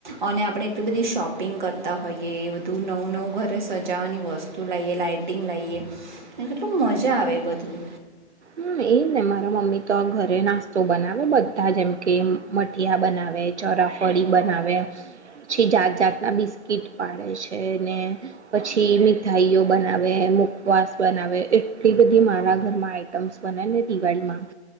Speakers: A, on the right; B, on the right.
A: અને આપણે એટલી બધી શોપિંગ કરતા હોઈએ એ બધું નવું નવું ઘરે સજાવાની વસ્તુ લાઈએ લાઈટિંગ લાઈએ અને કેટલું મજા આવે બધું.
B: હમ એ ને મારા મમ્મી તો ઘરે નાસ્તો બનાવે બધા જેમ કે મઠિયા બનાવે ચોરાફળી બનાવે પછી જાત જાતના બિસ્કીટ પાડે છે ને પછી મીઠાઈઓ બનાવે મુખવાસ બનાવે એટલી બધી મારા ઘરમાં આઈ આઇટમસ બંનેને દિવાળીમાં